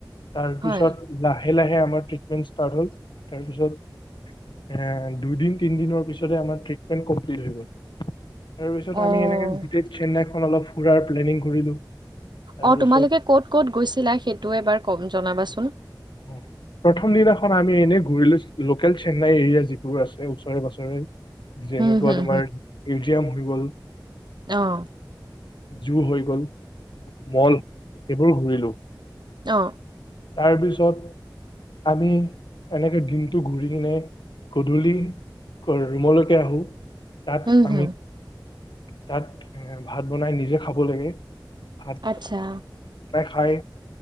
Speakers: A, on the left (about 80°); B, on the right (about 70°).
A: তাৰ পিছত
B: হয়,
A: লাহ লাহে লাহে আমাৰ ট্ৰিটমেণ্ট ষ্টাৰ্ট হ'ল তাৰপিছত এ দুদিন তিনদিনৰ পিছতে আমাৰ ট্ৰিটমেণ্ট কমপ্লিট হৈ গ'ল তাৰ পিছত
B: অ'।
A: আমি এনেকে গোটেই চেন্নাই খন অলপ ফুৰাৰ প্লেনিং কৰিলো তাৰপিছত
B: অ তোমালোকে কত ক'ত গৈছিলা সেইটো এবাৰ জনাবাচোন চোন
A: অ প্ৰথম দিনাখন আমি এনেই ঘূৰিলো লোকেল চেন্নাই এৰিয়া যিবোৰ আছে ওচৰে পাজৰে যেনেকুৱা
B: হুম, হুম,
A: তোমাৰ মিউজিয়াম গল
B: আহ
A: জু হৈ গ'ল মল এইবোৰো ঘোৰিলোঁ
B: অ
A: তাৰ পিছত আমি এনেকে দিনটো ঘূৰি কিনে গধূলি ৰুমলৈকে আহো তাত
B: হুম, হুম,
A: আমি তাত এ ভাত বনাই নিজে খাব লাগে ভাত
B: আচ্ছা।
A: এ খাই